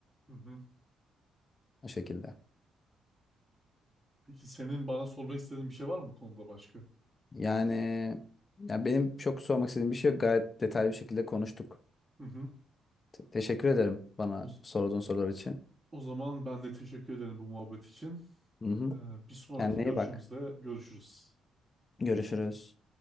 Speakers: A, on the right; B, on the left.
A: Hı hı.
B: O şekilde.
A: Peki senin bana sormak istediğin bir şey var mı bu konuda başka?
B: Yani ya benim çok sormak istediğim bir şey yok. Gayet detaylı bir şekilde konuştuk.
A: Hı hı.
B: Te- teşekkür ederim bana
A: O, z-
B: sorduğun sorular için.
A: o zaman ben de teşekkür ederim bu muhabbet için.
B: Hı hı.
A: Ee, bir sonraki
B: Kendine
A: görüşümüzde
B: iyi bak.
A: görüşürüz.
B: Görüşürüz.